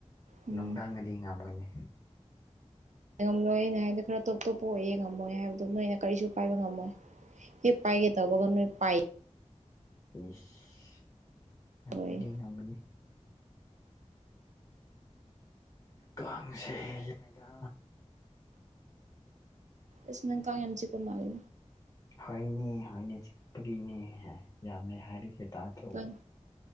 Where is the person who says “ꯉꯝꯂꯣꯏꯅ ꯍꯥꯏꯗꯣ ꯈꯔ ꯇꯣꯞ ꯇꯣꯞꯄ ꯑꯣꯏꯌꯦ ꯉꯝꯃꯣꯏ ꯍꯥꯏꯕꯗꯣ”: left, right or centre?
Right